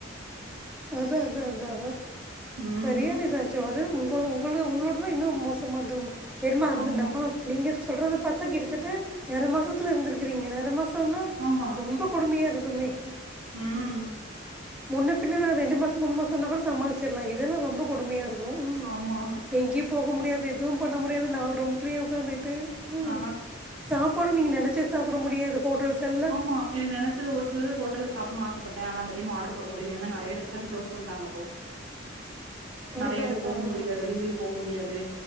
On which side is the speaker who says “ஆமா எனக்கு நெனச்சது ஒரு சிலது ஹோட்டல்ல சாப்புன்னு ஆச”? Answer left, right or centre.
Right